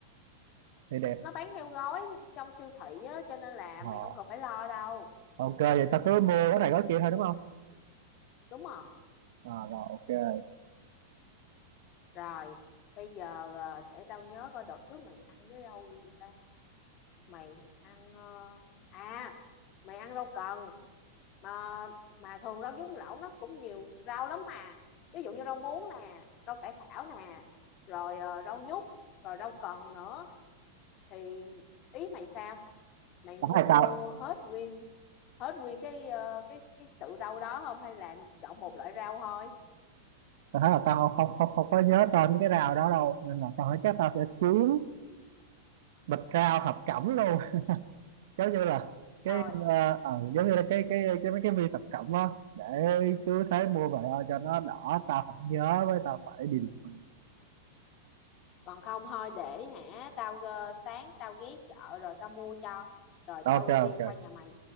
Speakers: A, on the right; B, on the left.
A: thì đẹp
B: nó bán theo gói trong siêu thị á cho nên là
A: Ờ,
B: mày không cần phải lo đâu
A: ok vậy ta cứ mua cái này cái kia thôi đúng không
B: đúng rồi
A: à, rồi ok
B: Rồi, bây giờ ờ, để tao nhớ coi đợt trước mày ăn cái rau gì ta? Mày ăn ờ, à, mày ăn rau cần mà mà thường rau nhúng lẩu nó cũng nhiều rau lắm mà. Ví dụ như rau muống nè, rau cải thảo nè, rồi ờ, rau nhút, rồi rau cần nữa thì ý mày sao? Mày
A: tao
B: muốn
A: thấy tao
B: mua hết nguyên hết nguyên cái ờ, cái cái sự rau đó không hay là chọn một loại rau thôi?
A: tao thấy là tao không không không có nhớ tên mấy cái rau đó đâu nên là tao thấy chắc tao sẽ kiếm bịch rau thập cẩm luôn giống như là cái
B: Thôi,
A: ờ, ờ, giống như là cái cái cái mấy cái viên thập cẩm á để cứ thế mua về ờ, cho nó đỏ tao phải nhớ với tao phải đi lượm
B: còn không thôi để hả tao ờ, sáng tao ghé chợ rồi tao mua cho rồi
A: ok
B: tao đem
A: ok
B: qua nhà mày